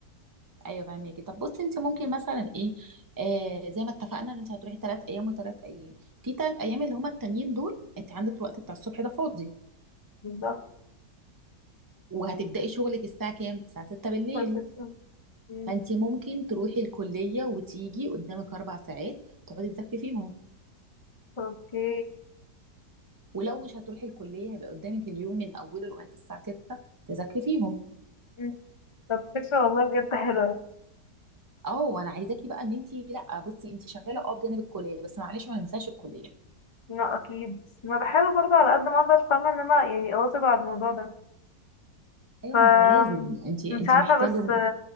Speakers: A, on the right; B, on the left.
A: ايوه فاهمكي طب بصي انت ممكن مثلا ايه آه زي ما اتفقنا ان انت هتروحي ثلاث ايام وثلاث ايام في ثلاث ايام اللي هما التانيين دول انت عندك الوقت بتاع الصبح ده فاضي
B: بالظبط
A: وهتبداي شغلك الساعه كام الساعه 6 بالليل
B: فستة. مم.
A: فانت ممكن تروحي الكليه وتيجي قدامك اربع ساعات تقعدي تذاكري فيهم
B: اوكي
A: ولو مش هتروحي الكليه هيبقى قدامك اليوم من اوله لغايه الساعه 6 تذاكري فيهم
B: مم. طب فكرة والله بجد حلوة
A: اه وانا عايزاكي بقى ان انت لا بصي انت شغاله اه بجانب الكليه بس معلش ما ننساش الكليه
B: لا أكيد ما بحاول برضه على قد ما أقدر فاهمة إن أنا يعني أواظب على الموضوع ده
A: ايوه
B: ف
A: ما هو لازم انت انت
B: مش عارفة
A: محتاجه
B: بس